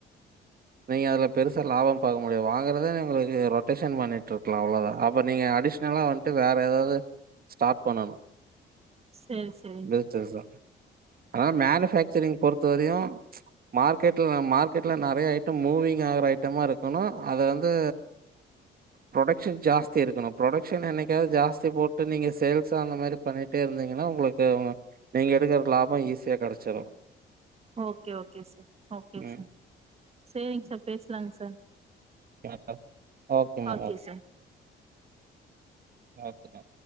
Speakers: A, on the right; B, on the right.
A: நீங்க அதுல பெருசா லாபோ பாக்க முடியாது வாங்கறத உங்களுக்கு ரொட்டேஷன் பண்ணிட்ருக்கலா அவ்ளோதா அப்ப நீங்க அடிஷ்னலா வ ட்டு வேற ஏதாவது ஸ்டார்ட் பண்ணனு
B: சரி சரிங்க
A: பிசினஸ்
B: சார்
A: தா அதனால மேனு ஃபேக்சரிங் பொறுத்த வரையு மார்க்கெட்ல மார்க்கெட்ல நெறைய ஐட்டம் மூவிங் ஆகற ஐட்டமா இருக்கணு அது வ ந்து ப்ரொடக்ஷன் ஜாஸ்தி இருக்கணு ப்ரொடக்ஷன் என்னைக்காவது ஜாஸ்தி போட்டு நீங்க சேல்ஸ் அந்த மாரி பண்ணி ட்டே இருந்தீங்கன்னா உங்களுக்கு நீங்க எடுக்கிற லாபோ ஈசியா கெடைச்சிரு
B: ஓக்கே ஓக்கே சார் ஓக்கே
A: ம்.
B: சார் சேரிங் சார் பேசலாங் சார்
A: <unintelligible> ஓகேம்மா
B: ஓகே சார்
A: ஓகே